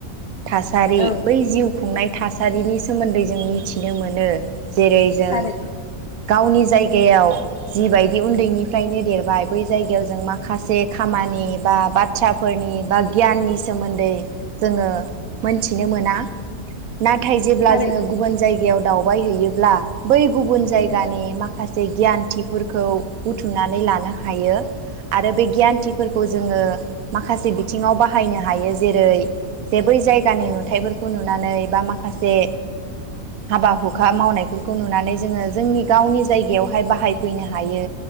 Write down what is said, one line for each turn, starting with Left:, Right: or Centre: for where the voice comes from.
Right: थासारि
Left: औ
Right: बै जिउ खुंनाय थासारिनि सोमोन्दै जों मिथिनो मोनो जेरै जों
Left: थारैनो
Right: गावनि जायगा जायगायाव जिबायदि उन्दैनिफ्रायनो देरबाय बै जायगायाव जों माखासे खामानि बा बाथ्रा फोरनि बा गियाननि सोन्दै दै जोङो मोनथिनो मोना नाथाय जेब्ला
Left: थारै
Right: जोङो गुबुन जायगायाव दाव दालबाय हैयोब्ला बै गुबुन जायगानि माखासे गियानथिफोरखौ बुथुमननै लानो हायो आरो बे गियानथि फोरखौ जोङो माखासे बिथिङाव जोङो बाहायनो हायो जेरै जे बै जायगानि नुथायफोरखौ नुनानै बा माखासे हाबा हुखा मावनायफोरखौ नुनानै जोङो जोंनि गावनि जायगायावहाय बाहायफैनो हायो